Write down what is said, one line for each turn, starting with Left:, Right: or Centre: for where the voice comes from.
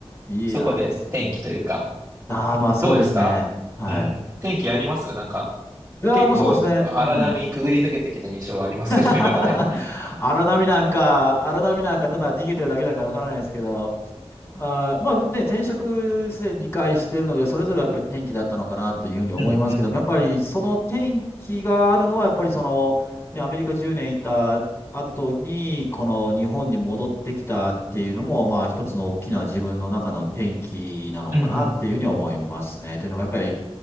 Left: いや、
Right: そこで天気というか、
Left: いいっす。ああ、まあそうですね。
Right: どうですかうん。
Left: はい。
Right: 天気ありますなんか、
Left: いやー、
Right: 結構荒波くぐり抜けてきた印象はありますけど、
Left: もうそうですね。うん。<laughs>
Right: <laughs> 今まで。
Left: 荒波なんか、荒波なんか、ただ逃げてるだけなんかわからないですけど、あー、まあね、転職すでに2してるので、それぞれやっぱり転機だったのかなというふうに思いますけども、
Right: うんうん。
Left: やっぱりその転機があるのは、やっぱりその、ね、アメリカ10年いた後に、この日本に戻ってきたっていうのも、まあ一つの大きな自分の中の転機なのかなっていうふうに思いますね。
Right: うん
Left: というのも、やっぱり